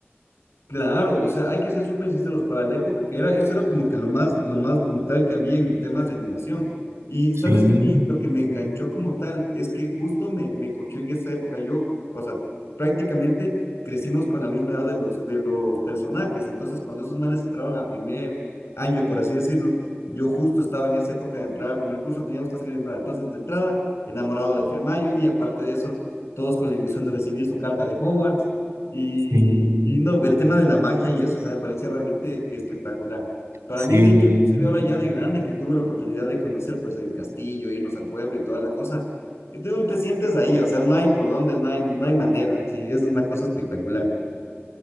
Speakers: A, on the left; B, on the right.
A: Claro, o sea, hay que ser súper sinceros, para la época que era, eso era como que lo más, lo más brutal que había en temas de animación. Y
B: Sí,
A: sabes que a mí lo que me enganchó como tal es que justo me, me cogió en esa época. Yo, o sea, prácticamente crecimos con la misma edad de los, de los personajes. Entonces, cuando esos manes entraron a primer año, por así decirlo, yo justo estaba en esa época de entrar al primer curso, teníamos que hacer nada. Entonces, de entrada, enamorado de Hermione, y aparte de eso, todos con la ilusión de recibir su carta de Hogwarts. Y,
B: sí.
A: y no, el tema de la magia y eso, o sea, me parecía realmente espectacular. Para
B: Sí,
A: mí, de hecho, inclusive ahora ya de grande que tuve la oportunidad de conocer pues el castillo, irnos al pueblo y toda la cosa, es de te sientes ahí, o sea, no hay por dónde, no hay, no hay manera, sí, es una cosa espectacular.